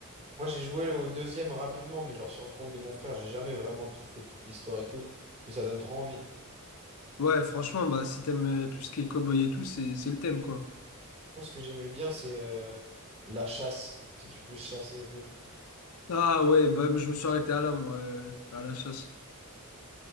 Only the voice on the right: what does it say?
Moi, j'ai joué au deuxième rapidement, mais genre sur le compte de mon frère, j'ai jamais vraiment tout fait, toute l'histoire et tout, mais ça donne trop envie.
Moi, ce que j'aimais bien, c'est euh, la chasse. Tu sais que tu peux chasser et tout.